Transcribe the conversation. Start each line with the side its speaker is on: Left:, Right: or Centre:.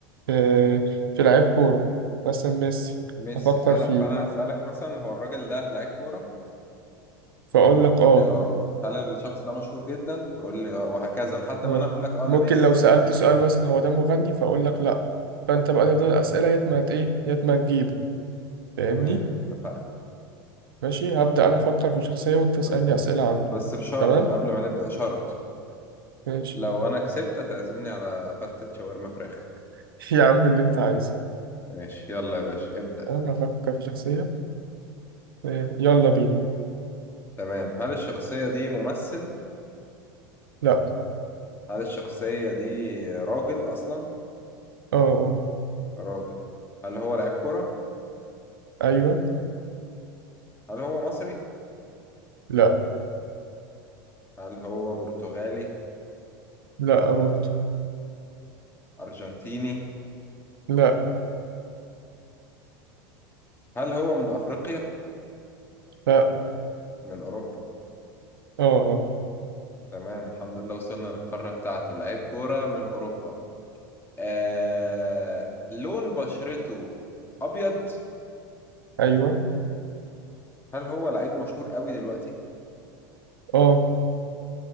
Right: في في لعيب كورة مثلا ميسي
Left: ميسي
Right: هفكر
Left: فانا
Right: فيه
Left: فانا هسالك مثلا هو الراجل ده لعيب كوره
Right: فأقول
Left: فانت تقول
Right: لك آه
Left: لي اه هل الشخص ده مشهور جدا تقول لي اه وهكذا لحد
Right: آه
Left: ما انا اقول لك اه
Right: ممكن
Left: ده ميسي
Right: لو سألت سؤال مثلا هو ده مغني فأقول لك لأ فأنت بقى تفضل الأسئلة يا ما ت- إيه يا ما تجيبه فاهمني
Left: تمام اتفقنا
Right: ماشي هبدأ أنا أفكر في شخصية وأنت تسألني
Left: ب-
Right: أسئلة عنه
Left: بس بشرط
Right: تمام
Left: قبل ما نبدأ شرط
Right: ماشي
Left: لو انا كسبت هتعزمني على فتة شاورما فراخ
Right: <laughs> يا عم اللي أنت عايزه
Left: ماشي يلا يا باشا ابدأ
Right: أنا هفكر في شخصية آه، يلا بينا
Left: تمام هل الشخصية دي ممثل
Right: لأ
Left: هل الشخصية دي راجل اصلا
Right: آه آه
Left: راجل هل هو لعيب كرة
Right: ايوه
Left: هل هو مصري
Right: لا
Left: هل هو برتغالي
Right: لا برضه
Left: ارجنتيني
Right: لا
Left: هل هو من افريقيا
Right: لا
Left: من اوروبا
Right: اه اه
Left: تمام الحمد لله وصلنا للقارة بتاعته لعيب كورة من أوروبا آه... لون بشرته أبيض
Right: ايوه
Left: هل هو لعيب مشهور قوي دلوقتي؟
Right: اه